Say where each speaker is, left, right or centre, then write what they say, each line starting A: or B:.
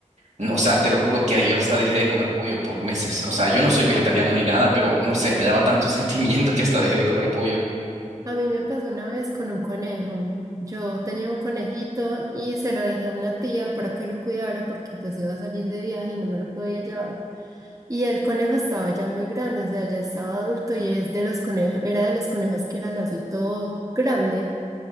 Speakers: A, on the right; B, on the right.
A: no, o sea, te lo juro que yo hasta dejé de comer pollo por meses, o sea, yo no soy
B: ah.
A: vegetariano ni nada, pero no sé, me daba tanto <laughs> sentimiento que hasta dejé de comer pollo.
B: A mí me pasó una vez con un conejo. Yo tenía un conejito y se lo dejé a una tía para que lo cuidara porque pues iba a salir de viaje y no me lo podía llevar. Y el conejo estaba ya muy grande, o sea, ya estaba adulto y es de los conejos, era de los conejos que eran así todo grande.